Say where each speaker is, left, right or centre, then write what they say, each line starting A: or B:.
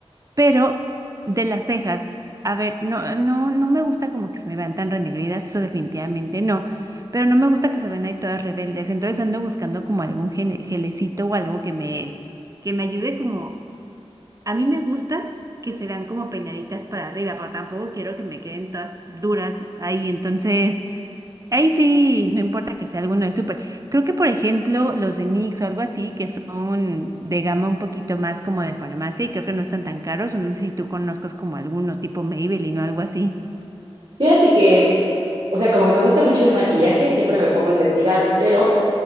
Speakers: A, on the right; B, on the right.
A: Pero de las cejas, a ver, no, no, no me gusta como que se me vean tan renegridas, eso definitivamente no. Pero no me gusta que se vean ahí todas rebeldes. Entonces ando buscando como algún gene- gelecito o algo que me, que me ayude como. A mí me gusta que se vean como peinaditas para arriba, pero tampoco quiero que me queden todas duras ahí. Entonces. Ahí sí, no importa que sea alguno de súper. Creo que, por ejemplo, los de Nix o algo así, que son de gama un poquito más como de farmacia y creo que no están tan caros, o no sé si tú conozcas como alguno tipo Maybelline o algo así.
B: Fíjate que, o sea, como me gusta mucho el maquillaje, siempre me pongo a investigar, pero